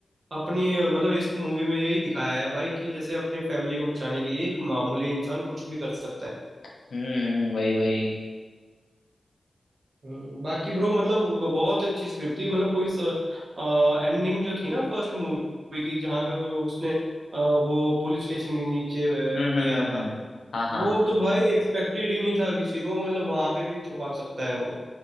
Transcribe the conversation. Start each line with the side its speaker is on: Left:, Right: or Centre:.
Right: अपनी मतलब इस मूवी में यही दिखाया है भाई कि जैसे अपनी फैमिली को बचाने के लिए एक मामूली इंसान कुछ भी कर सकता है
Left: हम्म वही वही
Right: हम्म, बाकी ब्रो मतलब ब- बहुत अच्छी स्क्रिप्ट थी मतलब कोई एंडिंग जो थी ना फर्स्ट मूवी की जहाँ पे वो- उसने अ, वो पुलिस स्टेशन के नीचे अ,
Left: हम्म
Right: किया
Left: हम्म हम्म
Right: था
Left: हम्म। हाँ हाँ
Right: वो तो भाई एक्सपेक्टेड ही नहीं था किसी को मतलब वहां पे भी छुपा सकता है वो